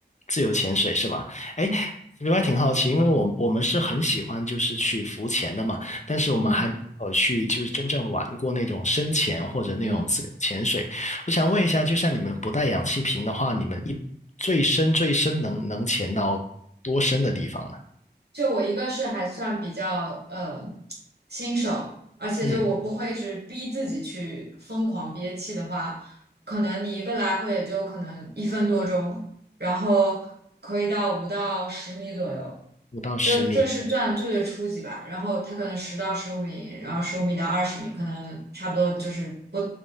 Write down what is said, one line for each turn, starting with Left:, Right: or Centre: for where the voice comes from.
Left: 自由潜水是吧？哎，
Right: 嗯
Left: 另外挺好奇，因为我我们是很喜欢就是去浮潜的嘛，但是我们还没有去就是真正玩过那种深潜或者那种自由潜水。
Right: 嗯嗯，
Left: 我想问一下，就像你们不带氧气瓶的话，你们一最深最深能能潜到多深的地方呢？
Right: 就我一个是还算比较呃新手，而且就我不会一直逼自己去疯狂憋气的话，
Left: 嗯，
Right: 可能你一个来回也就可能一分多钟，然后可以到五到十米左右，
Left: 五到十米。
Right: 就这是算最最初级吧。然后它可能十到十五米，然后十五米到二十米，可能差不多就是不